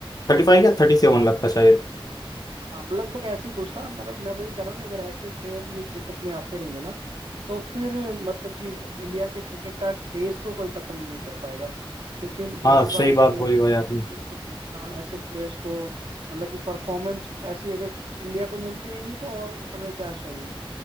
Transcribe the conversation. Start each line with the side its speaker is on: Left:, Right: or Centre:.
Left: थर्टी फाइव या थर्टी सेवन
Right: हाँ
Left: लगता शायद
Right: हाँ लगभग ऐसे ही कुछ था मतलब मैं वही कह रहा हूँ कि अगर ऐसे प्लेयर्स ही क्रिकेट में आते रहेंगे ना तो फिर मतलब कि इंडिया से क्रिकेट का क्रेज तो कोई खत्म नहीं कर पाएगा क्योंकि
Left: हाँ
Right: बार बार
Left: सही
Right: इस
Left: बात
Right: प्लेयर
Left: बोली भाई आपने
Right: ऐसे प्लेयर को देखना ऐसे प्लेयर्स को मतलब कि परफॉर्मेंस ऐसी अगर इंडिया को मिलती रहेंगी तो और हमें क्या चाहिए